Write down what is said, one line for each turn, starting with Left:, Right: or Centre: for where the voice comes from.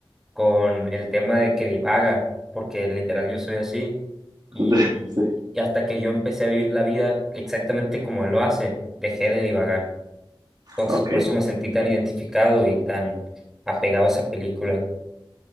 Centre: con el tema de que divaga, porque literal yo soy así. Y,
Right: <laughs> Sí.
Centre: y hasta que yo empecé a vivir la vida exactamente como él lo hace, dejé de divagar. Entonces
Right: Ok.
Centre: por eso me sentí tan identificado y tan apegado a esa película.